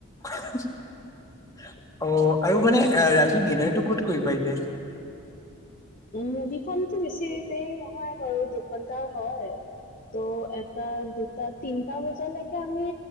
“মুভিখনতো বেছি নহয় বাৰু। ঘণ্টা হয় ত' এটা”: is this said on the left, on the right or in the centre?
Left